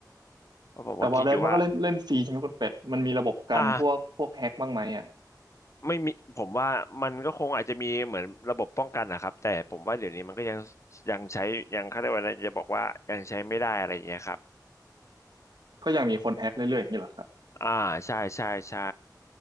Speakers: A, on the left (about 45°); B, on the right (about 80°).
A: เพราะผมก็คิดอยู่ว่า
B: แต่ Valorant มันก็เล่นเล่นฟรีใช่ไหมคุณเป็ด มันมีระบบกันพวกพวกแฮ็กบ้างไหมอ่ะ
A: อ่า ไม่มีผมว่ามันก็คงอาจจะมีเหมือนระบบป้องกันนะครับแต่ผมว่าเดี๋ยวนี้มันก็ยังยังใช้ยังเขาเรียกว่าอะไรจะบอกว่ายังใช้ไม่ได้อะไรอย่างเงี้ยครับ
B: ก็ยังมีคนแฮ็กเรื่อยๆอย่างนี้เหรอครับ
A: อ่าใช่ใช่ใช่